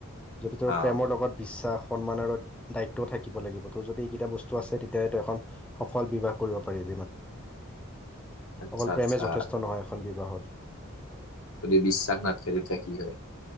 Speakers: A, in the centre; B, on the left.
A: যদি তোৰ
B: অ
A: প্ৰেমৰ লগত বিশ্বাস সন্মানৰ দায়িত্ব থাকিব লাগিব ত' যদি এইকেইটা বস্তু আছে তেতিয়াহ' তো এখন সফল বিবাহ কৰিব পাৰিব
B: আচ্ছা
A: অকল প্ৰেমে
B: আচ্ছা
A: যথেষ্ট নহয় এখন বিবাহত
B: তুমি বিশ্বাস নাথকে তেতিয়া কি হয়